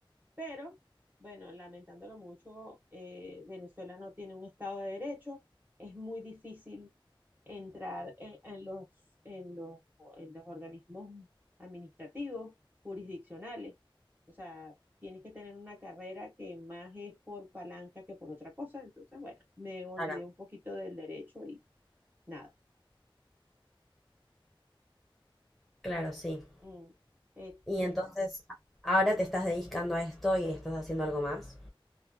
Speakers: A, on the right; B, in the centre.
A: Pero, bueno, lamentándolo mucho, eh, Venezuela no tiene un Estado de Derecho. Es muy difícil entrar en, en los, en los, en los organismos administrativos, jurisdiccionales. O sea, tienes que tener una carrera que más es por palanca que por otra cosa. Entonces, bueno, me olvidé
B: claro,
A: un poquito del derecho y nada.
B: claro, sí.
A: Mm, eh,
B: Y
A: est-
B: entonces, ahora te estás dedicando a esto y estás haciendo algo más.